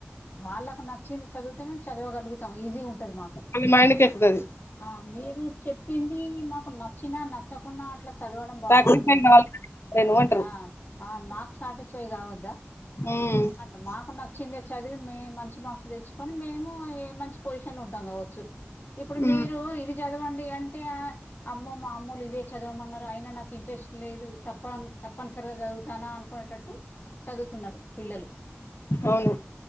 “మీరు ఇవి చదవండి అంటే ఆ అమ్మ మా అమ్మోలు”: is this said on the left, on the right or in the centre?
Left